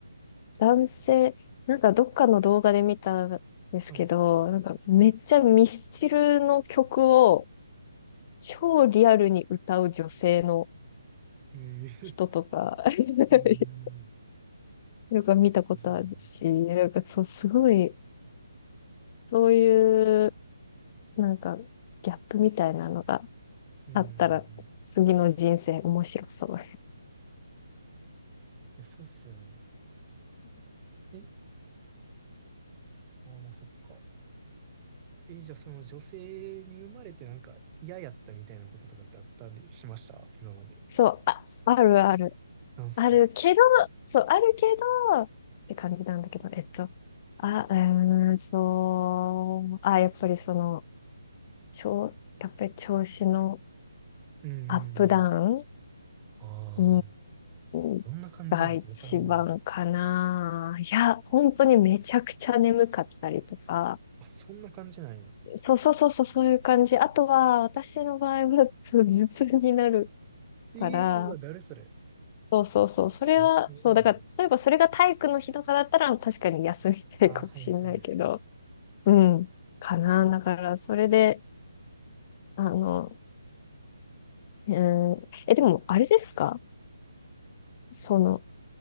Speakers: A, on the left; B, on the right.
A: 男性、なんかどっかの動画で見たんですけど、
B: はい。
A: なんかめっちゃミスチルの曲を超リアルに歌う女性の
B: ええ
A: 人とか <laughs>
B: うん。
A: よく見たことあるし、
B: すごいな。
A: なんかそう、すごい、そういう、なんか、ギャップみたいなのが
B: うん。
A: あったら、次の人生面白そう。
B: え、そうっすよね。え、ああ、まあ、そっか。え、じゃあその女性に生まれてなんか嫌やったみたいなこととかってあったりしました今まで。
A: そう、あ、あるある。
B: なんすか
A: あるけど、そう、あるけど、って感じなんだけど、えっと、あ、うーんと、あ、やっぱりその、ちょ、やっぱり調子の
B: うんうんうん。
A: アップダウン
B: ああ、
A: うーん、
B: どんな感じなのかわからんな。
A: が一番かな。いや、本当にめちゃくちゃ眠かったりとか。
B: あ、そんな感じなんや。
A: そうそうそうそう、そういう感じ。あとは、私の場合は、そう頭痛になる
B: ええうわ、
A: から、
B: 誰それ
A: そうそうそう、それは、
B: めっちゃいいね。
A: そう、だから、例えばそれが体育の日とかだったら、確かに休みたいかもしれないけど、
B: ああ、はいはいはい。
A: うん、かな。だから、それで、あの、うん、え、でも、あれですかその、